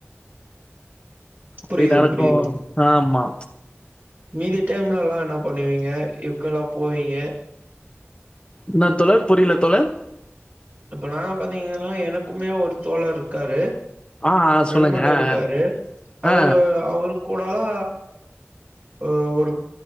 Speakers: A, on the right; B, on the left.
A: புரியுது
B: ப்டி நடக்கு
A: புரியுது
B: ஆம்மா
A: மீதி டைம்லலா என்னாப் பண்ணுவீங் ஏ எக்கலா போவீங்க
B: ன்னா தோழர் புரில தோழர்
A: இப்ப நாங்க பாத்தீங்கனா எனக்குமே ஒரு தோழர் இருக்காரு
B: ஆ, ஆ
A: நண்பன்
B: சொல்லுங்க. ஆ,
A: இருக்காரு
B: ஆ.
A: அவுரு
B: ஆ.
A: வ அவுருக் கூடதா ஒ ஒரு